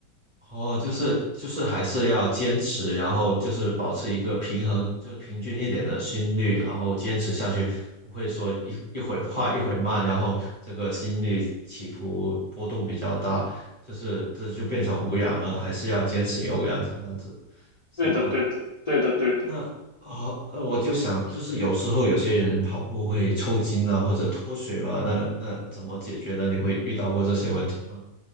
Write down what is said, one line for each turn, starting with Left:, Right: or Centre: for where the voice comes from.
Right: 哦，就是就是还是要坚持，然后就是保持一个平衡，就是平均一点的心率，然后坚持下去，不会说一一会快一会慢，然后这个心率起伏波动比较大，就是这就变成无氧了，还是要坚持有氧这样子，是吗？
Left: 对的，对的，对的，对的。
Right: 那啊，呃，我就想，就是有时候有些人跑步会抽筋啊，或者脱水嘛，那那怎么解决呢？你会遇到过这些问题吗？